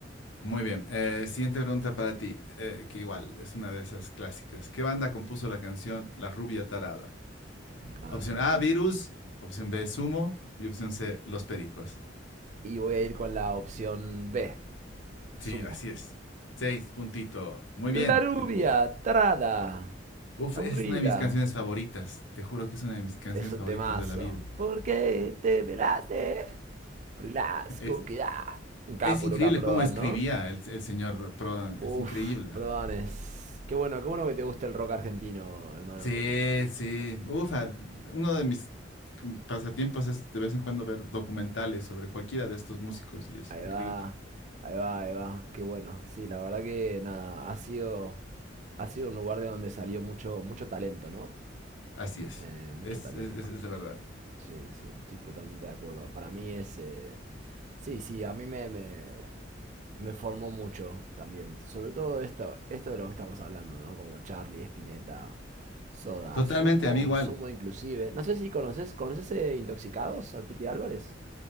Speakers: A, on the left; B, on the right.
A: Muy bien. Eh, siguiente pregunta para ti, eh, que igual es una de esas clásicas. ¿Qué banda compuso la canción La Rubia Tarada?
B: Ah,
A: Opción A, virus. Opción B, sumo. Y opción C, los pericos.
B: Y voy a ir con la opción B, sumo.
A: Sí, así es. Seis puntitos. Muy bien.
B: La rubia,
A: Felicidades.
B: tarada,
A: Uf,
B: aburrida.
A: es una de mis canciones favoritas. Te juro que es una de mis canciones
B: Es un
A: favoritas
B: temazo.
A: de la vida.
B: ¿Por qué
A: Y
B: te pelaste? Blasco,
A: Es,
B: queda. Un capo,
A: es increíble
B: loca, Prodan,
A: cómo escribía
B: ¿no?
A: el, el señor Prodan.
B: Uf,
A: Es increíble.
B: Prodan Qué bueno, qué bueno que te guste el rock argentino, hermano,
A: Sí,
B: porque
A: sí. Uf, a- uno de mis pasatiempos es de vez en cuando ver documentales sobre cualquiera de estos músicos y es
B: ahí
A: increíble.
B: va, ahí va, ahí va. Qué bueno. Sí, la verdad que nada, ha sido, ha sido un lugar de donde salió mucho, mucho talento, ¿no?
A: Así es.
B: Eh, mucho
A: Es,
B: talento.
A: es, es- es la verdad.
B: Sí, sí, estoy totalmente de acuerdo. Para mí es... eh, Sí, sí, a mí me, me, me formó mucho también. Sobre todo esto, esto de lo que estamos hablando, ¿no? Como Charlie, Spinetta, Soda,
A: Totalmente,
B: Sumo,
A: a mí igual.
B: Sumo inclusive. No sé si conoces, ¿conoces eh, Intoxicados al Piti Álvarez?